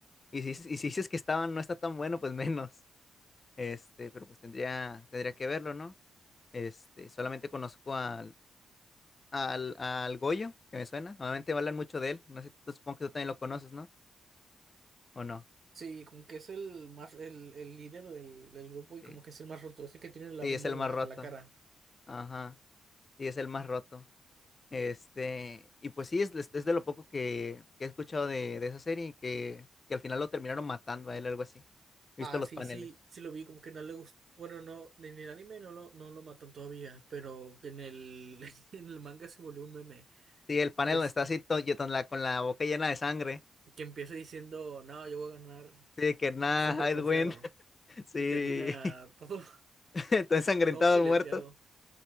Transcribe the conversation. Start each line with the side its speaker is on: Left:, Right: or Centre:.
Left: Y si, y si dices que estaba, no está tan bueno, pues menos. Este, pero pues tendría, tendría que verlo, ¿no? Este, solamente conozco al, al, al Goyo, que me suena. Normalmente hablan mucho de él. No sé, tú- supongo que tú también lo conoces, ¿no? ¿O no?
Right: Sí, como que es el más, el, el líder del, del grupo y
Left: Sí,
Right: como que es el más roto, es el que tiene la
Left: Sí,
Right: venda
Left: es el
Right: en
Left: más
Right: la,
Left: roto.
Right: en la cara.
Left: Ajá. Sí, es el más roto. Este, y pues sí, es, es- es de lo poco que, que he escuchado de, de esa serie y que, que al final lo terminaron matando a él, algo así. He
Right: Ah,
Left: visto los
Right: sí,
Left: paneles.
Right: sí, sí lo vi, como que no le gustó. Bueno, no, en el anime no lo, no lo matan todavía, pero en el, <laughs> en el manga se volvió un meme.
Left: Sí, el panel
Right: Es
Left: donde está así to- y con la, con la boca llena de sangre.
Right: que empieza diciendo, no, yo voy a ganar
Left: Sí, que nada,
Right: súper confiado.
Left: I'd win. <laughs> Sí.
Right: Y termina todo, <laughs>
Left: <laughs> Está ensangrentado
Right: todo fileteado.
Left: el muerto.